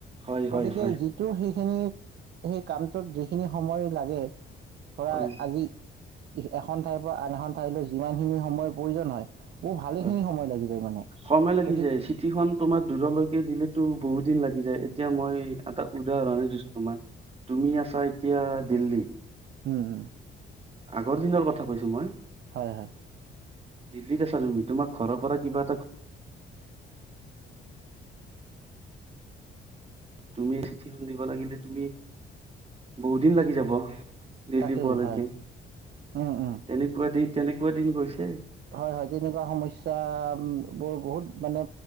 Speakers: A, on the right; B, on the right.
A: হয়
B: গতিকে
A: হয় হয়
B: যিটো সেইখিনি সেই কামটোত যিখিনি সময় লাগে খৰাই
A: হয়
B: আজি এখন ঠাইৰ পৰা আন এখন ঠাইলৈও যিমান খিনি সময়ৰ প্ৰয়োজন হয় মোৰ ভালে
A: হয়
B: খিনি সময় লাগি যায় মানে।
A: সময় লাগি
B: গতিকে
A: যায় চিটি খন তোমাৰ দূৰলৈকে দিলেতো বহুত বহুত দিন লাগি যায় এতিয়া মই এটা উদাহৰণে দিছো তোমাক। তুমি আছা এতিয়া দিল্লী
B: হুম, হুম।
A: আগৰ দিনৰ কথা কৈছো মই
B: হয় হয়
A: দিল্লীত আছা তুমি তোমাক ঘৰৰ পৰা কিবা এটা তুমি চিঠিখন দিব লাগিলে তুমি বহু দিন লাগি যাব দিল্লী
B: তাকেই
A: পোৱা লৈকে
B: হয় উম উম
A: তেনেকুৱা দি তেনেক কুৱা দিন গৈছে
B: হয় হয় তেনেকুৱা সমস্যা বোৰ বহুত মানে